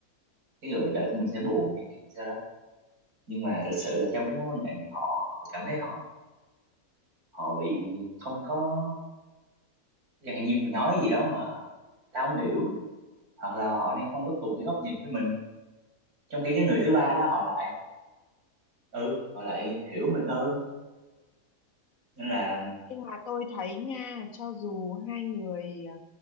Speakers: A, on the right; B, on the left.
A: cái người bạn đời của mình sẽ buồn chẳng hạn sao đó nhưng mà thực sự là trong cái mối quan hệ này họ họ cảm thấy họ họ bị không có chẳng hạn như mình nói gì đó mà tao không hiểu hoặc là họ đang không có cùng cái góc nhìn với mình trong khi cái người thứ ba đó họ lại ừ họ lại hiểu mình hơn nên là
B: Nhưng mà tôi thấy nha, cho dù hai người ờ,